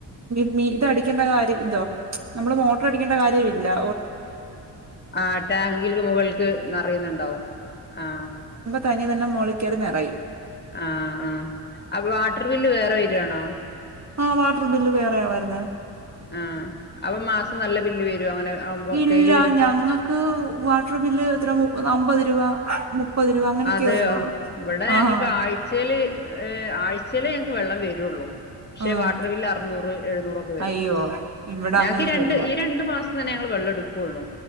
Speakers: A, on the right; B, on the left.
A: മി മി ഇതടിക്കേണ്ട കാര്യ ത് നമ്മള് മോട്ടർ അടിക്കേണ്ട കാര്യല്യ
B: ആ ടാങ്കിൽ മുകൾക്ക് നിറയുന്നുണ്ടാവും ആ
A: തനി തന്നെ മോളികയറി നെറയും
B: ആ ആ അപ്പൊ വാട്ടർ ബില്ല് വേ വരുവാണോ
A: ആ വാട്ടർ ബില്ല് വേറെയാവരുന്നേ
B: ആ അപ്പ മാസം നല്ല ബില്ല് വരും അങ്ങനെ ആവുമ്പോ
A: ഇല്ല
B: ഡെയിലി വരുമ്പോ
A: ഞങ്ങൾക്ക് വാട്ടർ ബില് എത്ര മുപ അമ്പത് രൂപ <unintelligible> അങ്ങനെയൊക്കെ
B: അതെയോ
A: വരുള്ളൂ
B: ഇവിടെ
A: ആഹ്
B: ഞങ്ങൾക്ക് ആഴ്ചയില് ഏ ആഴ്ചയില് വെള്ളം വരുള്ളൂ പക്ഷെ
A: ആഹ്
B: വാട്ടർ ബില് അറുന്നൂറ് എഴുന്നൂറൊക്കെ വരും
A: അയ്യോ ഇവിടെ
B: ഞങ്ങൾക്ക്
A: അങ്ങനൊന്നും
B: രണ്ട്
A: ഇല്ല
B: ഈ രണ്ടു മാസം <unintelligible> ഞങ്ങള് വെള്ളം എടുക്കുവുള്ളൂ